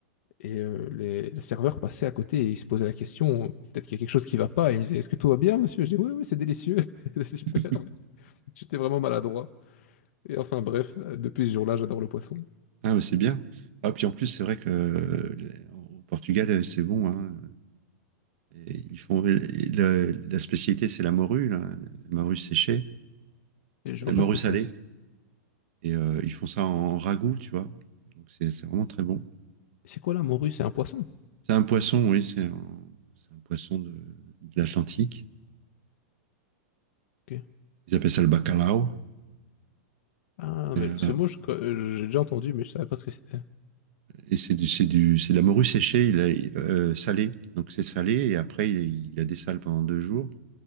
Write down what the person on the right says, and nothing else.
<laughs>
Ah, mais c'est bien. Ah, puis en plus, c'est vrai que euh, les- au Portugal, euh, c'est bon. hein. Et ils font et le- la spécialité, c'est la morue, là, la morue séchée,
c'est
la morue
salée.
Et euh, ils font ça en ragoût, tu vois. Donc c'est c'est vraiment très bon.
C'est un poisson, oui, c'est un, c'est un poisson de, de l'Atlantique.
Ils appellent ça le bacalao.
Euh,
Et c'est du, c'est du, c'est de la morue séchée, il a, euh, salée. Donc c'est salé et après il, il a des sales pendant deux jours.